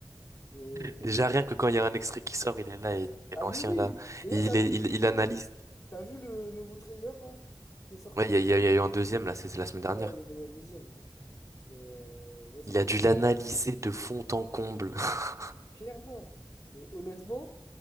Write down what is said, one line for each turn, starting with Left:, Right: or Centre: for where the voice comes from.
Left: Mais.
Right: <laughs> Déjà, rien que quand il y a un extrait qui sort, il est là. Et, et
Left: Ah,
Right: l'ancien,
Left: mais oui!
Right: là,
Left: Mais là,
Right: il,
Left: t'as vu
Right: est, il,
Left: le nouveau...
Right: il analyse.
Left: t'as vu le nouveau trailer, là, qui est sorti?
Right: Ouais, il y a, il y a il y a eu un deuxième, là, c'est c'est la semaine
Left: Ouais,
Right: dernière.
Left: il y en a eu un deuxième. Mais euh, ouais, c'était.
Right: Il a dû l'analyser de fond en comble. <laughs>
Left: Clairement. Mais honnêtement,